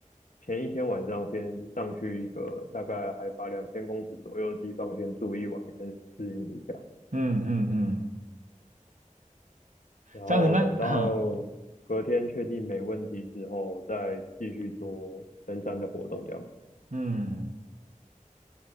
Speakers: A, on the left; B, on the right.
A: 前一天晚上先上去一个大概海拔两千公尺左右的地方先住一晚，先适应一下，
B: 嗯嗯嗯，
A: 然后等到隔天确定没问题之后，
B: 这样子那 <clears throat>
A: 再继续做登山的活动这样。
B: 嗯。